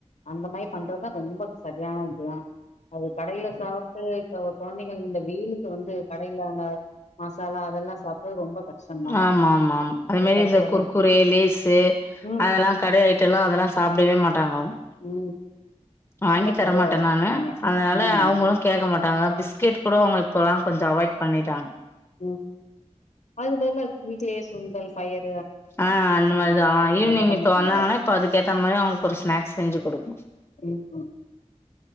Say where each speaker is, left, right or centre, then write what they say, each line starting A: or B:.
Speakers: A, on the left; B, on the left.
A: அந்த மாரி பண்றதா ரொம்ப சரியான இதுதா அது கடையில சாப்ட்டு இப்பொ கொழந்தைங்க இந்த வெயிலுக்கு வந்து கடையிலான்ட மசாலா அதெலா சாப்பிடது ரொம்ப கஷ்டந்தா
B: ஆமாமாமா அதமாரி
A: ஏதாச்சு
B: இந்த
A: ஒடம்
B: குர்குரே, லேசு
A: ம்
B: அதெல்லா கடை ஐட்டலா அதலா சாப்டவே மாட்டாங்க அவுங்
A: ம்
B: வாங்கி
A: ரொம்ப
B: தரமாட்டேன்
A: சரியா வளர்த்துருக்கீங்க
B: நானு அதனால
A: ம்
B: அவுங்களும் கேட்க மாட்டாங்க பிஸ்கெட் கூட அவங்க இப்போலா கொஞ்ச அவாய்ட் பண்ணிட்டாங்
A: ம் அதுகு வந்து வீட்லயே சுண்டல் பயர்
B: அ அந்த மாரிதா ஈவினிங்
A: ஒடம்புக்கு
B: இப்ப வந்தாங்னா
A: நல்லது
B: இப்ப அதுக்க ஏத்த மாரி அவங்ளுக்கு ஒரு ஸ்நாக்ஸ் செஞ்சு குடுக்குன்னு
A: ம்